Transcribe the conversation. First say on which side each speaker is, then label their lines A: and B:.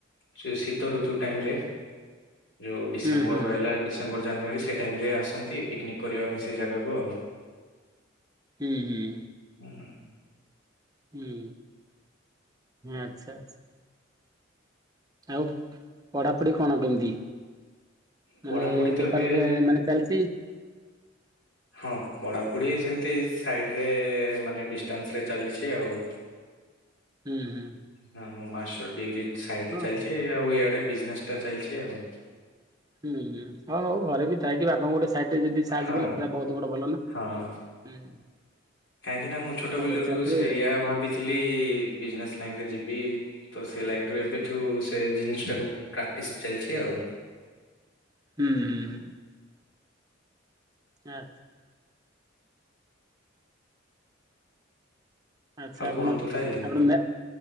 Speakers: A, on the left; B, on the right.
A: ସେ ଶୀତ ଋତୁ ଟାଇମ୍ ରେ ଯୋଉ ଡିସେମ୍ବର
B: ହୁଁ ହୁଁ
A: ରହିଲା
B: ହୁଁ
A: ଡିସେମ୍ବର, ଜାନୁଆରୀ ସେ ଟାଇମ୍ ରେ ଆସ ସନ୍ତି, ପିକନିକ କରିବା ପାଇଁ ସେ ଜାଗାକୁ ଆଉ।
B: ହୁଁ, ହୁଁ।
A: ହୁଁ।
B: ହୁଁ, ଆଚ୍ଛା ଆଚ୍ଛା। ଆଉ ପଢାପଢି କଣ କେମିତି?
A: ପଢାପଢି
B: ମାନେ
A: ତ
B: ବେପାରରେ
A: ଏବେ
B: ମାନେ ଚାଲିଚି।
A: ହଁ ପଢାପଢି ସେମତି ସାଇଡ୍ ରେ ମାନେ ଡିଷ୍ଟାନ୍ସ ରେ ଚାଲିଛି ଆଉ।
B: ହୁଁ, ହୁଁ।
A: ହଁ ମାଷ୍ଟର ଡିଗ୍ରୀ ସାଇଡ୍ ରେ
B: ହଁ
A: ଚାଲିଛି।
B: ହଁ।
A: ଆଉ ଇଆଡେ ବିଜନେସ୍ ଟା ଚାଲିଛି ଆଉ।
B: ହୁଁ, ହୁଁ ହଉ, ହଉ ଘରେ ବି ଥାଇକି ବାପାଙ୍କୁ ଗୋଟେ ସାଇଟି ରେ ଯଦି ସାହାଯ୍ୟ
A: ହଁ
B: କଲସେଟା ବହୁତ ବଡ ଭଲ ନା।
A: ହଁ। କାହିଁକି ନା ମୁଁ ଛୋଟ
B: ପଢାପଢି
A: ବେଲରୁ
B: ଚାଲିଥିବ
A: ସେଇୟା
B: ଇଆଡେ ହୁଁ
A: ଭାବିଥିଲି, ବିଜନେସ୍ ଲାଇନ୍ ରେ ଯିବି ତ ସେ ସେ ଲାଇନ୍ ରୁ ଏବେଠୁ ସେ ଜିନିଷ ଟାକୁ ପ୍ରାକ୍ଟିସ୍ ଚାଲିଛି ଆଉ।
B: ହୁଁ, ହୁଁ, ହୁଁ। ଆଚ୍ଛା। ଆଚ୍ଛା
A: ଆଉ
B: ଆପଣ
A: କୁହନ୍ତୁ ତାହେଲେ
B: ଆପଣ ମେ,